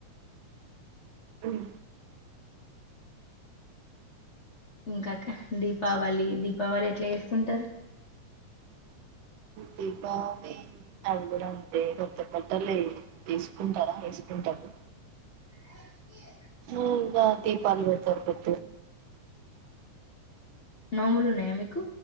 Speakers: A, on the right; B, on the left.
A: ఉన
B: ఇంకా అక్క దీపావళి దీపావళి ఎట్లా చేసుకుంటారు
A: దీపావళి అది కూడా అంతే కొత్త బట్టలు తీసుకుంటారా వేసుకుంటాము
B: వద్దు
A: ఉను రా దీపాలు పెడతారు అపొద్దు
B: నోములు ఉన్నాయ మీకు